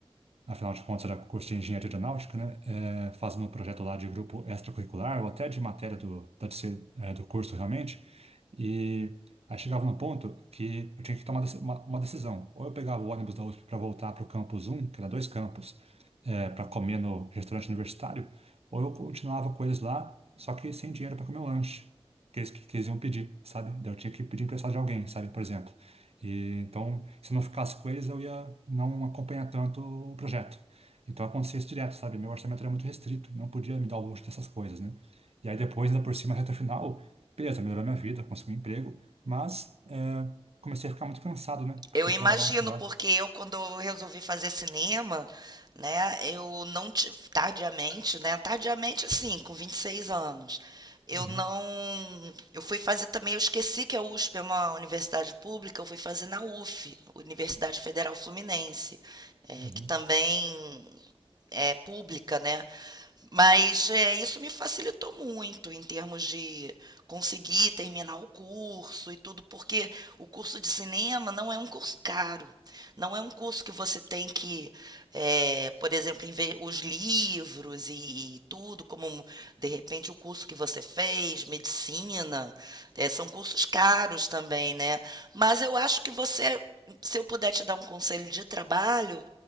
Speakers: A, on the right; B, on the right.
A: afinal de contas era curso de engenharia aeronáutica, né? É, fazendo um projeto lá de grupo extracurricular ou até de matéria do, da TC, é, do curso realmente. E aí chegava num ponto que eu tinha que tomar deci- uma, uma decisão. Ou eu pegava o ônibus da USP para voltar para o campus um que era dois campos, para comer no restaurante universitário, ou eu continuava com eles lá, só que sem dinheiro para comer o lanche. Que eles, que eles iam pedir, sabe? Daí eu tinha que pedir emprestado de alguém, sabe? Por exemplo. E, então, se eu não ficasse com eles, eu ia não acompanhar tanto o projeto. Então, acontecia isso direto, sabe? Meu orçamento era muito restrito, não podia me dar o luxo dessas coisas, né? E aí, depois, ainda por cima, reta final, beleza, melhorou minha vida, consegui um emprego, mas eh, comecei a ficar muito cansado, né? Porque
B: Eu imagino,
A: trabalhar, estudar.
B: porque eu, quando eu resolvi fazer cinema, né, eu não. ti- Tardiamente, né? Tardiamente, assim, com 26 anos. Eu
A: Uhum,
B: não. Eu fui fazer também, eu esqueci que a USP é uma universidade pública, eu fui fazer na UF, Universidade Federal Fluminense, é,
A: uhum.
B: que também é, pública, né? Mas é, isso me facilitou muito em termos de conseguir terminar o curso e tudo, porque o curso de cinema não é um curso caro, não é um curso que você tem que, é, por exemplo, inve- os livros e, e tudo, como de repente o curso que você fez, medicina, é, são cursos caros também, né? Mas eu acho que você, se eu puder te dar um conselho de trabalho,